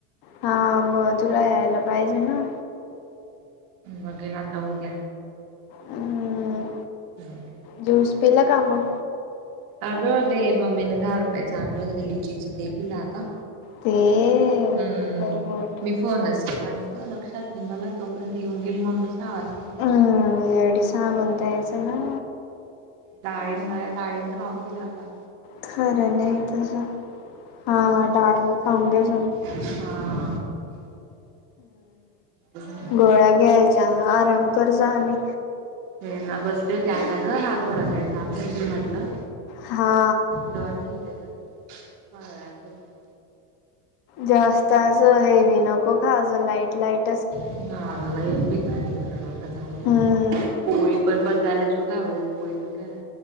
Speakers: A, on the left; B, on the right.
A: हा मग तुला यायला पाहिजे ना
B: बघेला आता होद्या
A: ह
B: जाऊ दे.
A: ज्यूस पिल का आम
B: अग ते मम्मीने दहा रुपयेच आणलते ते लिचीचे तेख लाता
A: ते
B: हम्म
A: परबोट
B: मी फोनच केला आणि तो लक्षात नाही मला तोपर्यंत येऊन गेली मग म सहा वाजता
A: ह एवढ साग उतायस ना
B: डाळी म्ह डाळीम खाऊन गेला आता
A: खरं नाही तस हा डाळी खाऊ घच
B: अच्छा ते झालं.
A: गोळ्या घ्यायच्या आराम कर जा आणि
B: हे ना बसले त्याला ज हात ओडाख्यायचा आपलं जी म्हटलं
A: हा
B: हॅलो वनीेत का ह अ उपत
A: जास्त असं हेवी नको कां लाईट लाईट
B: हगई फिक फिक लाग जा
A: हम्म
B: पण पचायला जुगाव पोळी पण कराय